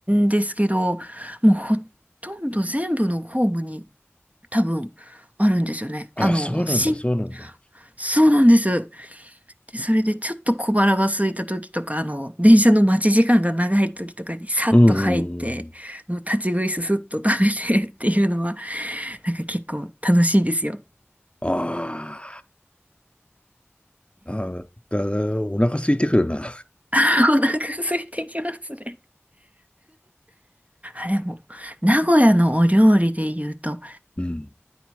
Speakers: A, on the right; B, on the left.
A: ですけど、もうほとんど全部のホームに多分あるんですよね。あの、
B: あ、そうなんだ、
A: 新、
B: そうなんだ。
A: そうなんです。で、それでちょっと小腹が空いた時とか、あの、電車の待ち時間が長い時とかにさっと入って、
B: うんうんうん。
A: もう立ち食いすすっと食べて <laughs> っていうのは、なんか結構楽しいですよ。
B: ああ、なんかお腹空いてくるな。
A: <laughs> お腹空いてきますね。あ、でも、名古屋のお料理で言うと、
B: うん。